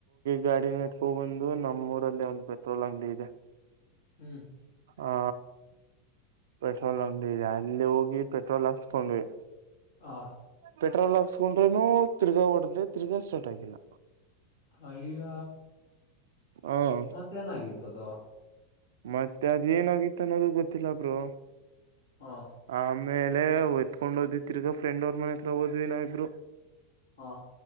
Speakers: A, on the right; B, on the left.
A: ಗಾಡಿನ ತಂದು ನಮ್ ಊರಲ್ಲಿ ಒಂದು ಪೆಟ್ರೋಲ್ ಅಂಗಡಿ ಇದೆ
B: ಹ್ಮ್
A: ಆ ಪೆಟ್ರೋಲ್ ಅಂಗಡಿ ಇದೆ ಅಲ್ಲಿ ಹೋಗಿ ಪೆಟ್ರೋಲ್ ಹಚ್ಕೊಂಡ್ವಿ
B: ಹ
A: ಪೆಟ್ರೋಲ್ ಹಾಕ್ಸ್ಕೊಂಡ್ರೂನು ತಿರ್ಗಾ ಹೊಡ್ದೆ ತಿರ್ಗಾ ಸ್ಟಾರ್ಟ್ ಆಗಿಲ್ಲ
B: ಅಯ್ಯ
A: ಹ
B: ಮತ್ತೇನಾಗಿತ್ತುದ
A: ಮತ್ತೆ ಅದೇ ಏನಾಗಿತ್ತು ಅನ್ನೋದು ಗೊತ್ತಿಲ್ಲ ಬ್ರೋ
B: ಹ
A: ಆಮೇ ಅಲ್ಲಲೆ ಒದತ್ಕೊಂಡ್ಓದಿದ ತಿರ್ಗ ಫ್ರೆಂಡ್ಅವರ್ ಮನೆ ಹತ್ರ ಓದ್ ನಾವ ಇಬ್ರು
B: ಹಾ